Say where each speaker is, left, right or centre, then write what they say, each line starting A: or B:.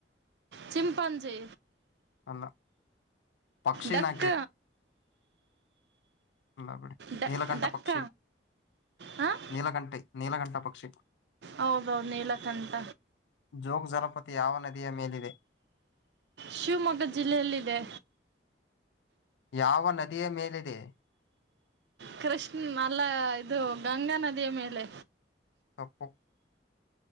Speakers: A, on the right; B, on the left.
A: ಚಿಂಪಾಂಜಿ
B: ಅಲ್ಲ ಪಕ್ಷಿ
A: ಡಕ್
B: ನಾ ಇಲ್ಲ ಬಿಡಿ
A: ಡ
B: ನೀಲಗಂಠ
A: ಡಕ್ಕ
B: ಪಕ್ಷಿ
A: ಹಾಂ
B: ನೀಲಗಂಟೆ ನೀಲಗಂಠ ಪಕ್ಷಿ
A: ಹೌದೌದು ನೀಲಕಂಠ
B: ಜೋಗ ಜಲಪಾತ ಯಾವ ನದಿಯ ಮೇಲಿದೆ
A: ಶಿವಮೊಗ್ಗ ಜಿಲ್ಲೆಯಲ್ಲಿದೆ
B: ಯಾವ ನದಿಯ ಮೇಲಿದೆ
A: ಕೃಷ್ಣ ಅಲ್ಲ ಇದು <unintelligible> ಮೇಲೆ
B: ತಪ್ಪು